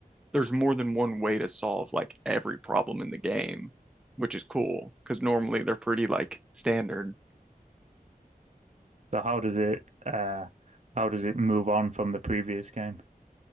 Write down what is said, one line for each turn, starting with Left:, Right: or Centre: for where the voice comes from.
Centre: there's more than one way to solve like every problem in the game, which is cool because normally they're pretty like standard.
Right: So how does it uh how does it move on from the previous game,